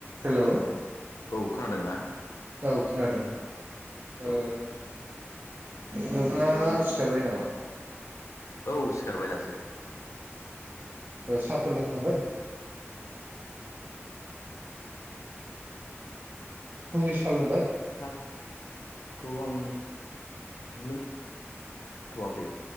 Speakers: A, on the right; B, on the left.
A: Hello
B: औ खोनादोंना?
A: औ खोनादों। ओ
B: औ
A: नोंथाङा सिखारबाय नामा?
B: औ सिखारबाय दासो।
A: ओ साफोर लोंखांबाय? फुंनि सा लोंबाय?
B: सा खौ आं लों थ'वाखै